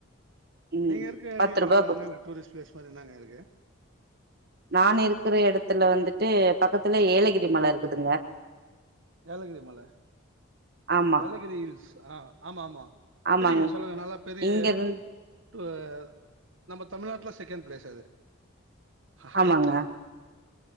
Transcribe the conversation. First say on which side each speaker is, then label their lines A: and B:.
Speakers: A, on the right; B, on the right.
A: ம்
B: நீங்க இருக்க ஏரியாவலாம்
A: பத்து ரூபா குடுத்து
B: என்னங்க டூரிஸ்ட் பிளேஸ் மாதிரி என்னங்க இருக்கு
A: நான் இருக்கிற இடத்துல வந்துட்டு பக்கத்துல ஏலகிரி மல இருக்குதுங்க
B: ஏலகிரி மலை
A: ஆமா
B: ஏலகிரி ஹில்ஸ் ஆஹ் ஆமா ஆமா
A: ஆமாங்க
B: தெரிங்க சொல்லுங்க நல்லா பெரிய
A: இங்க இருந்
B: வ நம்ம தமிழ்நாட்டுல செகண்ட் பிளேஸ் அது ஹய்ட்ல
A: ஆமாங்க